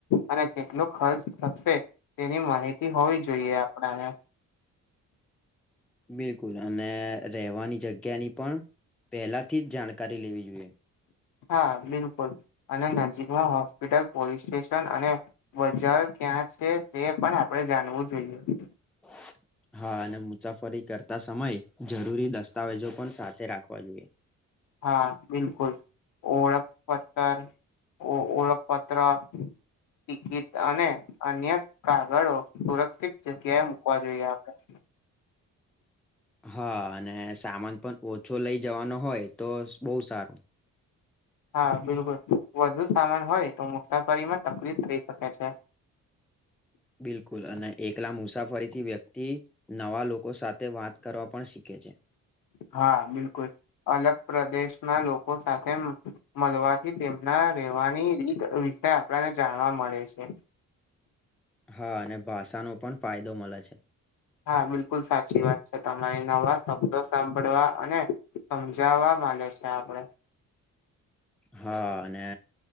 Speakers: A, on the left (about 70°); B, in the centre.
A: અને કેટલો ખર્ચ થશે તેની માહિતી હોવી જોઈએ આપણાને
B: બિલકુલ અને રહેવાની જગ્યાની પણ પહેલાથી જ જાણકારી લેવી જોઈએ
A: હા બિલકુલ અને નજીકમાં હોસ્પિટલ પોલીસ સ્ટેશન અને બજાર ક્યાં છે તે પણ આપડે જાણવું જોઈએ
B: <inaudible> હા અને મુસાફરી કરતા સમયે જરૂરી દસ્તાવેજો પણ સાથે રાખવા જોઈએ
A: હા બિલકુલ ઓળખ પથર ઓળખપત્ર ટિકિટ અને અન્ય કાગળો સુરક્ષિત જગ્યાએ મુૂકવા જોઈએ આપણે
B: હા અને સામાન પણ ઓછો લઈ જવાનો હોય તો બહુ સારું
A: હા બિલકુલ વધુ સામાન હોય તો મુસાફરીમાં તકલીફ થઈ શકે છે
B: બિલકુલ અને એકલા મુસાફરી થી વ્યક્તિ નવા લોકો સાથે વાત કરવા પણ શીખ ઓકે છે
A: હા બિલકુલ અલગ પ્રદેશના લોકો સાથે મળવાથી તેમ ના રહેેવાની રીત વિશે આપણને જાણવા મળે છે
B: હા અને ભાષાનોો પણ ફાયદો મળે છે
A: હા બિલકુલ સાચી વાત છે તમારી નવા શબ્દો સાંભળવા અને સમજાવવા લ છે આપડ
B: હા અને